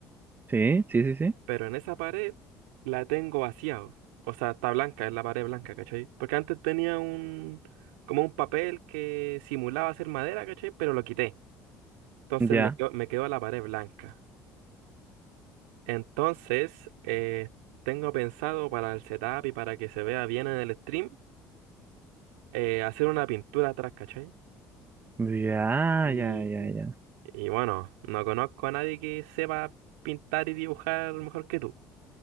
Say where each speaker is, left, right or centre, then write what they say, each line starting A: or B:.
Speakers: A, on the right; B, on the right.
A: Sí, sí, sí, sí.
B: Pero en esa pared la tengo vacía. O sea, está blanca, es la pared blanca, ¿cachai? Porque antes tenía un. como un papel que simulaba ser madera, ¿cachai? Pero lo quité. Entonces
A: Ya,
B: me quedo, me quedó la pared blanca. Entonces, eh, tengo pensado para el setup y para que se vea bien en el stream, eh, hacer una pintura atrás, ¿cachai?
A: ya,
B: Y,
A: ya, ya, ya.
B: y bueno, no conozco a nadie que sepa pintar y dibujar mejor que tú.